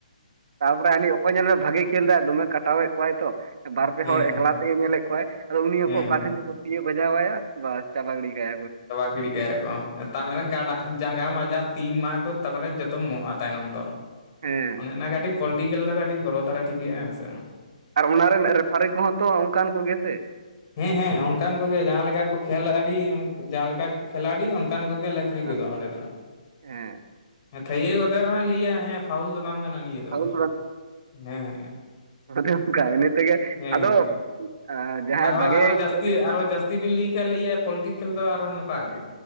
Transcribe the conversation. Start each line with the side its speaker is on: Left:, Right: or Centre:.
Right: ᱛᱟᱯᱚᱨᱮ ᱦᱟᱱᱤ ᱚᱠᱚᱭ ᱧᱮᱞ ᱢᱮ ᱵᱷᱟᱜᱮ ᱠᱷᱮᱞ ᱫᱟᱭ ᱫᱚᱢᱮ ᱠᱟᱴᱟᱣᱮᱫ ᱠᱚᱣᱟᱭ ᱛᱚ᱾ ᱵᱟᱨ ᱯᱮ
Left: ᱦᱮᱸ
Right: ᱦᱚᱲ
Left: ᱦᱮᱸ
Right: ᱮᱠᱞᱟ ᱛᱮᱜᱮ ᱧᱮᱞᱮᱫ ᱠᱚᱣᱟᱭ ᱟᱫᱚ ᱩᱱᱤ ᱦᱚᱸᱠᱚ
Left: ᱦᱮᱸ
Right: ᱚᱠᱟ
Left: ᱦᱮᱸ
Right: ᱴᱷᱮᱱ ᱡᱚᱠᱚ ᱛᱤᱭᱟᱹ ᱵᱟᱡᱟᱣᱟᱭᱟ ᱵᱟᱥ ᱪᱟᱵᱟ ᱜᱤᱰᱤᱼᱼ <unintelligible>
Left: <unintelligible> ᱜᱮᱭᱟ ᱠᱚ ᱛᱟᱨᱢᱟᱱᱮ <unintelligible> ᱡᱟᱸᱜᱟ ᱢᱟᱡᱟ ᱛᱤ ᱢᱟ ᱠᱚ ᱛᱟᱨᱯᱚᱨᱮ ᱡᱚᱛᱚᱢ ᱢᱚᱜᱼᱟ ᱛᱟᱭᱱᱚᱢ ᱫᱚ᱾
Right: ᱦᱮᱸ
Left: ᱚᱱᱮ ᱚᱱᱟ ᱠᱟᱹᱴᱤᱡ ᱯᱚᱞᱴᱤ ᱠᱷᱮᱞ ᱫᱚ ᱠᱟᱹᱴᱤᱡ <inaudible> ᱴᱷᱤᱠ ᱜᱮᱭᱟ ᱦᱮᱸ ᱥᱮ᱾
Right: ᱟᱨ ᱚᱱᱟᱨᱮ ᱨᱮᱱ ᱨᱮᱯᱷᱟᱨᱤ ᱠᱚᱦᱚᱸ ᱛᱚ ᱚᱱᱠᱟᱱ ᱠᱚᱜᱮ ᱥᱮ᱾
Left: ᱦᱮᱸ ᱦᱮᱸ ᱚᱱᱠᱟᱱ ᱠᱚᱜᱮ ᱡᱟᱦᱟᱸ ᱞᱮᱠᱟ ᱠᱚ ᱠᱷᱮᱞᱟᱲᱤ ᱡᱟᱦᱟᱸ ᱞᱮᱠᱟ ᱠᱚ ᱠᱷᱮᱞᱟᱲᱤ ᱚᱱᱠᱟᱱ ᱠᱚᱜᱮᱼᱼ <unintelligible>
Right: ᱦᱮᱸ
Left: ᱜᱚᱫᱚᱜ ᱚᱸᱰᱮ ᱫᱚ
Right: ᱦᱮᱸ
Left: ᱛᱷᱟᱹᱭᱟᱹ ᱜᱚᱫᱮ ᱨᱮᱦᱚᱸᱭ ᱞᱟᱹᱭᱟ ᱦᱮᱸᱼᱼ ᱯᱷᱟᱣᱩᱞ ᱫᱚ ᱵᱟᱝᱠᱟᱱᱟ ᱱᱤᱭᱟᱹ ᱫᱚ
Right: ᱯᱷᱟᱣᱩᱞ
Left: ᱦᱮᱸ
Right: ᱚᱱᱟ ᱛᱮ ᱚᱱᱠᱟ ᱤᱱᱟᱹ ᱛᱮᱜᱮ
Left: ᱦᱮᱸ
Right: ᱟᱫᱚ᱾ ᱟᱸ ᱡᱟᱦᱟᱸᱭ
Left: ᱟᱨᱚ
Right: ᱵᱷᱟᱜᱮ
Left: ᱟᱨᱚ ᱡᱟᱥᱛᱤ
Right: ᱠᱷᱮᱞᱳᱰᱤᱡ
Left: ᱟᱨᱚ ᱡᱟᱥᱛᱤᱼᱼ <unintelligible> ᱵᱤᱱ ᱞᱟᱹᱭ ᱠᱷᱟᱡ ᱞᱟᱹᱭᱟ ᱯᱚᱞᱴᱤ ᱠᱷᱮᱞ ᱫᱚ ᱟᱨᱚ ᱱᱚᱝᱠᱟ ᱜᱮ